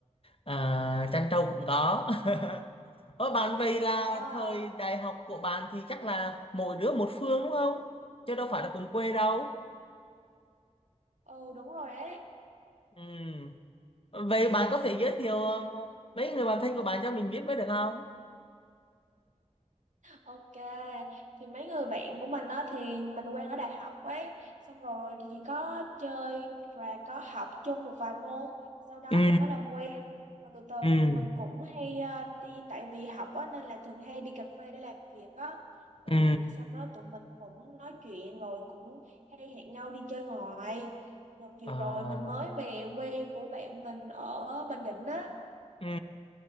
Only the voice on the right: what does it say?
Wow,
ừ đúng rồi ấy.
Ok, thì mấy người bạn của mình á thì mình quen ở đại học ấy, xong rồi thì có chơi và có học chung một vài môn, sau đó
thì có làm quen. Rồi từ từ
tụi mình cũng hay ờ, đi tại vì học á nên là thường hay đi cà phê để làm việc á. Ừ,
xong đó tụi mình cũng nói chuyện rồi cũng hay hẹn nhau đi chơi ngoài. Đợt vừa
rồi mình mới về quê của bạn mình ở Bình Định á.